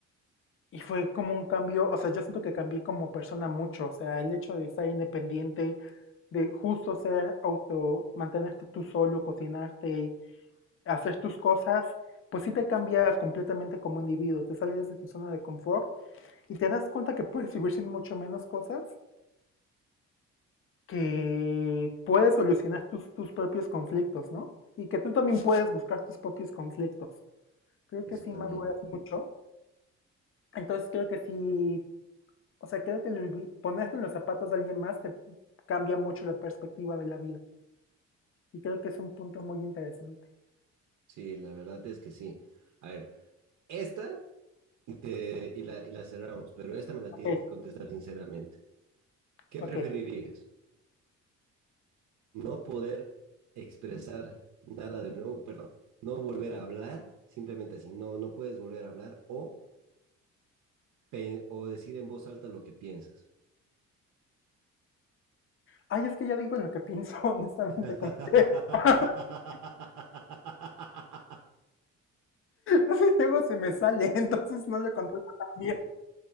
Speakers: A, on the left; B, on the right.
A: y fue como un cambio, o sea, yo siento que cambié como persona mucho, o sea, el hecho de ser independiente, de justo ser auto, mantenerte tú solo, cocinarte, hacer tus cosas, pues sí te cambia completamente como individuo, te sales de tu zona de confort y te das cuenta que puedes vivir sin mucho menos cosas, que puedes solucionar tus, tus propios conflictos, ¿no? Y que tú también puedes buscar tus propios conflictos. creo
B: eso
A: que sí
B: también.
A: maduras mucho. Entonces creo que sí, o sea, creo que el- vi- ponerte en los zapatos de alguien más te cambia mucho la perspectiva de la vida. Y creo que es un punto muy interesante.
B: Sí, la verdad es que sí. A ver. Esta y, te, y, la, y la cerramos, pero esta me la
A: Ok,
B: tienes que contestar sinceramente. ¿Qué
A: ok.
B: preferirías? ¿No poder expresar nada de nuevo? Perdón, no volver a hablar, simplemente así, no, no puedes volver a hablar o, pe- o decir en voz alta lo que piensas.
A: Ay, es que ya digo lo que pienso, <laughs> honestamente,
B: <laughs>
A: como que... <laughs> es que Luego se me sale, entonces no le controlo tan bien.